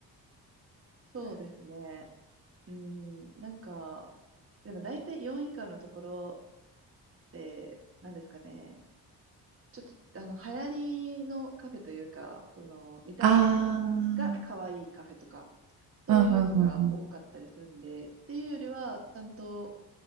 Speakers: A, on the right (about 35°); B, on the right (about 75°).
A: そうですね。うん、なんか、でも大体4以下のところで、なんですかね。ちょっと、あの、流行りのカフェというか、その、見た目が可愛いカフェとか、
B: あ
A: そういうのが多かったりするんで、
B: あ、うんうんうんうん。
A: っていうよりは、ちゃんと、